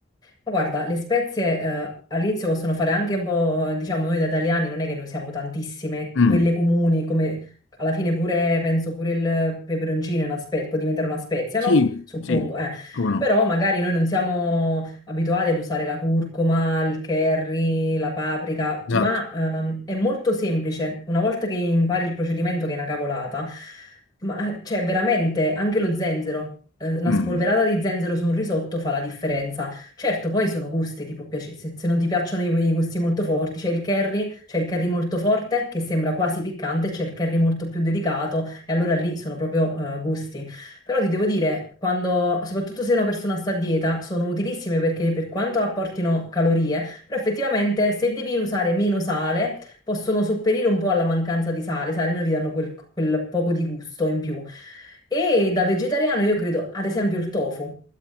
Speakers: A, on the left; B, on the left.
A: Ma Guarda, le spezie eh, all'inizio possono fare anche un po', diciamo, noi da italiani non è che ne usiamo tantissime,
B: Mm.
A: quelle comuni, come alla fine pure, penso pure il peperoncino è una spe- può diventare una spezia,
B: Sì,
A: no? Suppongo,
B: sì,
A: eh.
B: come no,
A: Però magari noi non siamo abituati ad usare la curcuma, il curry, la paprika,
B: esatto.
A: ma ehm, è molto semplice. Una volta che impari il procedimento, che è una cavolata, ma cioè veramente anche lo zenzero, eh, una
B: Mm.
A: spolverata di zenzero su un risotto fa la differenza. Certo, poi sono gusti, tipo, piace- se, se non ti piacciono i, i gusti molto forti, c'è il curry, c'è il curry molto forte che sembra quasi piccante, c'è il curry molto più delicato e allora lì sono proprio eh, gusti. Però ti devo dire, quando, soprattutto se una persona sta a dieta, sono utilissime perché per quanto apportino calorie, però effettivamente se devi usare meno sale, possono sopperire un po' alla mancanza di sale, sai, almeno ti danno quel quel poco di gusto in più. E da vegetariano io credo, ad esempio, il tofu